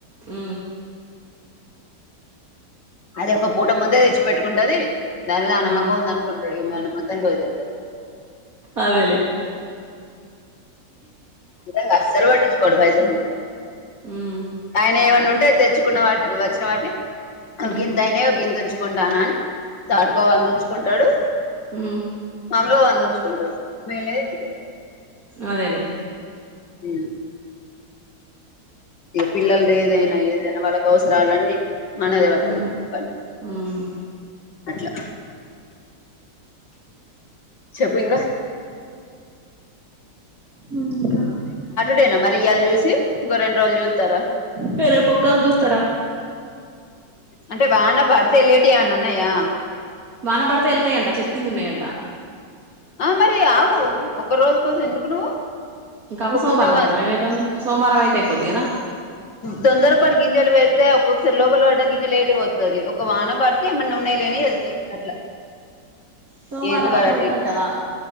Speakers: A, on the right; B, on the left.
A: అ
B: అది ఒక పూట ముందే తెచ్చి పెట్టుకుంటది దాని అనమ్మాకం
A: ఆ
B: ఉంద అను కొండుకి మ అనమ్మ తం పోయిదు
A: అవేలే
B: ఇద అస్సలు పట్టించుకోడు పైసలుంచి
A: ఉమ్
B: ఆయన ఏమడి ఉంట తెచ్చుకున్న వా వచ్చిన వాటిని ఒక
A: ఉమ్
B: గంత అయినే గంత ఉంచు చకుంటాన అని చాటుకోవాలని ఉంచుకుంటాడు
A: అ
B: లో అంది ఉంచుకుంటారు మేనేదిద్దదు
A: అదేలేే
B: అ ఈ పిల్లలది ఏదైనా ఏదైనా వాళ్ళకు అవసరాలన్నీ మనదే పడుతుది
A: ఉమ్
B: ఫ
A: ఉమ్
B: అట్లా చెప్పు ఇంకా
A: ముంట
B: డే మరియాళ్లు చూసి గరెడ్్ర వాళలు చతారా
A: ఫర పక్క దూ తరా
B: అంటే వాన పడితే లేటి ఏమనా ఉన్నాయా
A: వానబడత ఎళ్తేయంట చెకి నున్నంట
B: ఆ మరి ఆవు ఒక్క రోజు కోసం ఎందుకు నువ్వు
A: ఇంకాప
B: ఒక
A: సోమవారం
B: పూటో కాదు
A: చూద్దాం ఏమైతుంది సోమవారం అయితే అయిపోద్ది కదా
B: తొందర పడి గింజలు పెడితే ఒక్కొక్కసారి లోపల పడ్డ గింజలు లేటు పోతుది ఒక వాహనం పడితే ఏమన్నా ఉన్నాయలే అని వెళ్తాయి అట్లా
A: సోమవారం
B: ఏంది వాటి
A: వరకు బెటర్ అంటావా